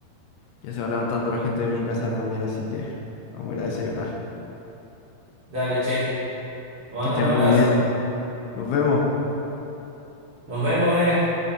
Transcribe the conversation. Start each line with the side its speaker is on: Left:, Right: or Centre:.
Left: ya se va levantando la gente de mi casa también, así que vamos a ir a desayunar.
Right: Dale, che. Te mando
Left: Que estén
Right: un abrazo.
Left: muy bien. Nos vemos.
Right: Nos vemos, eh.